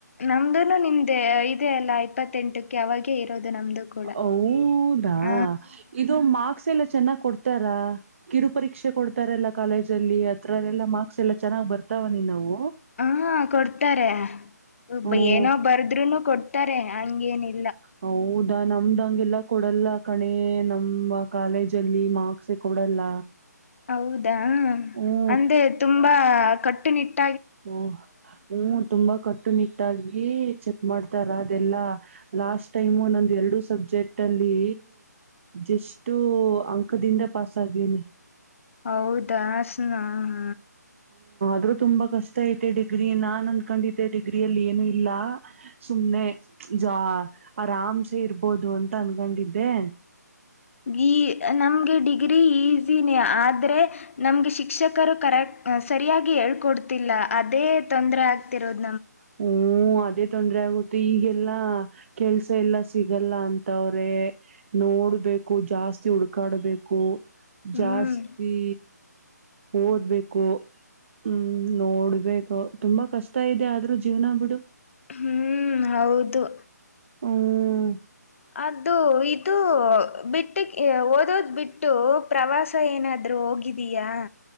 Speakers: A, on the left; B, on the right.
A: ನಮ್ದನು ನಿಮ್ದೆ ಇದೆ ಅಲ್ಲಾ ಇಪ್ಪತ್ತೆಂಟಕ್ಕೆ ಅವಾಗೇ ಇರೋದು. ನಮ್ದು ಕೂಡ
B: ಹೌದಾ
A: ಹ
B: ಇದು ಮಾರ್ಕ್ಸ್ ಎಲ್ಲ ಚೆನ್ನಾಗ್ ಕೊಡ್ತ ರ ಕಿರು ಪರೀಕ್ಷೆ ಕೊಡ್ತಾರಲ್ಲಾ ಕಾಲೇಜ ಅಲ್ಲಿ ಅತ್ರಲ್ಲೆಲ್ಲ ಮಾರ್ಕ್ಸ್ ಎಲ್ಲಾ ಚೆನ್ನಾಗ್ ಬರ್ತಾವ ನೀನ್ವು.
A: ಹ ಕೊಡ್ತಾರೆ.
B: ಹ್ಮ್
A: ಬ ಏನೋ ಬರ್ದ್ರುನು ಕೊಡ್ತಾರೆ ಹಂಗೇನ ಇ
B: ಹೌದಾ ನಮ್ದಂಗೆಲ್ಲ ಕೊಡಲ್ಲ ಕಣೆ ನಮ್ಮ ಕಾಲೇಜ ಅಲ್ಲಿ ಮಾರ್ಕ್ಸ ಕೊಡಲ್ಲ.
A: ಹೌದಾ,
B: ಹ್ಮ್
A: ಅಂದ್ರೆ ತುಂಬಾ ಕಟ್ಟುನಿಟ್ಟ
B: ಓ ಹ್ಮ್ ತುಂಬಾ ಕಟ್ಟುನಿಟ್ಟಾಗಿ ಚೆಕ್ ಮಾಡ್ತಾರ ಅದೆಲ್ಲಾ. ಲಾಸ್ಟ್ ಟೈಮ್ ನಂದು ಎರಡು ಸಬ್ಜೆಕ್ಟ್ ಅಲ್ಲಿ ಜಸ್ಟ್ ಅಂಕ, ದಿಂದ ಪಾಸ್ ಆಗುವಿನಿ.
A: ಹೌದಾ ಸ ಹ ಹಾ.
B: ಆದ್ರರು ತುಂಬಾ ಕಷ್ಟ ಐತೆ ಡಿಗ್ರಿ ನಾ ನಾನ್ ಅಂದಕೊಂಡಿದ್ದೆ ಡಿಗ್ರಿ ಅಲ್ಲಿ ಏನು ಇಲ್ಲ. ಸುಮ್ಮ್ನೆ, ಜಾ ಆರಾಮ್ಸೆ ಇರ್ಬೋದು ಅಂತ ಅನ್ಕೊಂಡಿದ್ದೆ.
A: ಗಿ ನಮ್ಗೆ ಡಿಗ್ರಿ ಈಸಿ, ನೇ ಆದ್ರೆ ನಮ್ಗೆ ಶಿಕ್ಷಕರು ಕರೆ ಸರಿಯಾಗಿ ಹೇಳ್ಕೊಡ್ತಿಲ್ಲ. ಅದೇ ತೊ ತೊಂದ್ರೆಆಗ್ತಿರೋದು.
B: ಹ್ಮ್ ಅದೇ, ತೊಂದ್ರೆ ಆಗುತ್ತೆ ಈಗೆಲ್ಲಾ ಕೆಲ್ಸ ಎಲ್ಲಾ ಸಿಗಲ್ಲ ಅಂತವ್ರೆ. ನೋಡ್ಬೇಕು ಜಾಸ್ತಿ ಹುಡ್ಕಾಡ್ಬೇಕು.
A: ಹ್ಮ್
B: ಜಾಸ್ತಿ ಓದ್ಬೇಕು. ಹ್ಮ್ ನೋಡ್ಬೇಕು ತುಂಬಾ ಕಷ್ಟ ಇದೆ ಆದ್ರೂ ಜೀವ್ನ ಬಿಡು.
A: ಹ್ಮ್ ಹೌದು.
B: ಹ್ಮ್.
A: ಅದು, ಇದು ಬಿಟ್ಟಕ್ಕೆ ಓದೋದ್ ಬಿಟ್ಟು ಪ್ರವಾಸ ಏನಾದ್ರೂ ಹೋಗಿದ್ದೀಯಾ.